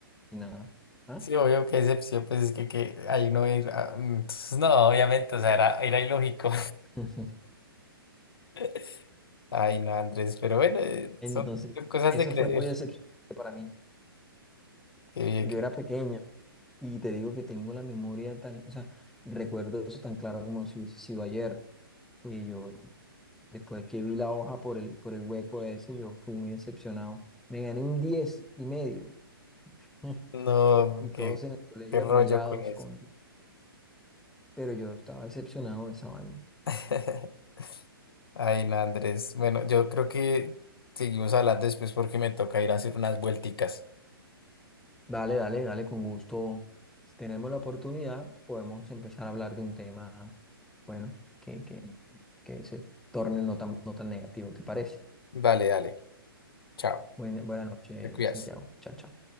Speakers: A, in the centre; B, on the left (about 75°).
A: y nada. ¿Ah?
B: Sí, obvio, qué excepción, pues es que, que ahí no ir. ah, Entonces, no, obviamente, o sea, era, era ilógico.
A: <laughs>
B: <laughs> Ay, no, Andrés, pero bueno, eh,
A: Entonces,
B: son, son cosas
A: eso
B: de crecer.
A: fue muy decepcionante para mí.
B: Qué bien,
A: Yo
B: qué-
A: era pequeña y te digo que tengo la memoria tan, o sea, recuerdo eso tan claro como si hubiese sido ayer. Y yo, después que vi la hoja por el, por el hueco ese, yo fui muy decepcionado. Me gané un 10 y medio <laughs>
B: no,
A: Y todos
B: qué,
A: en el colegio
B: qué rollo
A: admirados
B: con eso.
A: contigo. Pero yo estaba decepcionado de esa vaina.
B: <laughs> Ay, no, Andrés. Bueno, yo creo que seguimos hablando después porque me toca ir a hacer unas vuelticas.
A: Dale, dale, dale, con gusto. Si tenemos la oportunidad, podemos empezar a hablar de un tema, bueno, que, que, que se torne no tan, no tan negativo, ¿te parece?
B: Vale, dale. Chao.
A: Buena, buena noche,
B: Te cuidas.
A: Santiago. Chao, chao.